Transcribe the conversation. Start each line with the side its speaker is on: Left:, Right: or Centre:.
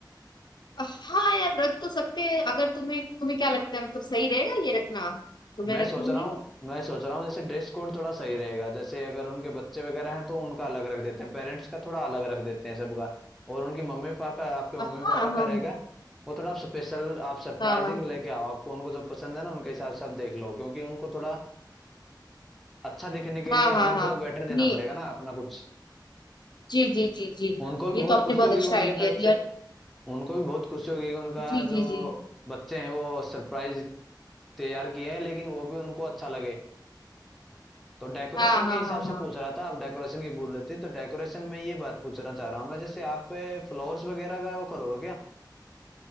Left: हाँ यार रख तो सकते हैं अगर तुम्हें तुम्हें क्या लगता है मतलब सही रहेगा ये रखना तो मैं
Centre: मैं
Left: रख
Centre: सोच
Left: लूंगी
Centre: रहा हूँ मैं सोच रहा हूँ जैसे ड्रेस कोड थोड़ा सही रहेगा जैसे अगर उनके बच्चे वगैरह हैं तो उनका अलग रख देते हैं पेरेंट्स का थोड़ा अलग रख देते हैं सबका और उनकी मम्मी पापा का आपके मम्मी
Left: हाँ
Centre: पापा
Left: हाँ
Centre: का
Left: हाँ
Centre: रहेगा वो थोड़ा आप स्पेशल आप सरप्राइजिंग
Left: हाँ हाँ
Centre: लेके आओ आपको उनको जो पसंद है ना उनके हिसाब से आप देख लो क्योंकि उनको थोड़ा अच्छा दिखने के
Left: हाँ
Centre: लिए हमें
Left: हाँ
Centre: थोड़ा
Left: हाँ
Centre: बेटर देना
Left: नहीं
Centre: पड़ेगा ना अपना कुछ
Left: जी जी जी जी
Centre: उनको भी
Left: ये
Centre: बहुत
Left: तो आपने
Centre: खुशी
Left: बहुत
Centre: होगी
Left: अच्छा
Centre: उनकी
Left: आइडिया
Centre: तरफ
Left: दिया
Centre: से उनको भी बहुत खुशी होगी कि उनका
Left: जी जी
Centre: जो
Left: जी
Centre: बच्चे हैं वो सरप्राइज तैयार किए हैं लेकिन वो भी उनको अच्छा लगे तो डेकोरेशन
Left: हाँ
Centre: के
Left: हाँ
Centre: हिसाब
Left: हाँ
Centre: से
Left: हाँ
Centre: पूछ रहा था आप डेकोरेशन की बोल रहे थे तो डेकोरेशन में ये बात पूछना चाह रहा हूँ मैं जैसे आप फ्लावर्स वगैरह का वो करोगे क्या